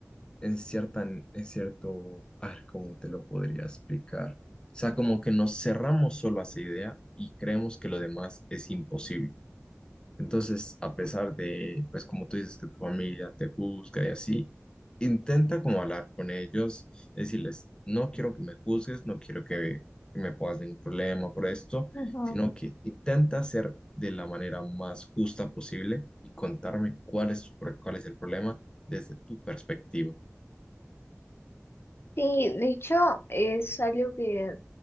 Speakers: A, on the left; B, on the left.
A: en cierta, en cierto, a ver, ¿cómo te lo podría explicar? O sea, como que nos cerramos solo a esa idea y creemos que lo demás es imposible. Entonces, a pesar de, pues como tú dices, que tu familia te juzga y así, intenta como hablar con ellos, decirles, no quiero que me juzgues, no quiero que, que me pongas ningún problema por esto,
B: ujú.
A: sino que intenta ser de la manera más justa posible y contarme cuál es, tu pro- cuál es el problema desde tu perspectiva.
B: Sí, de hecho es algo que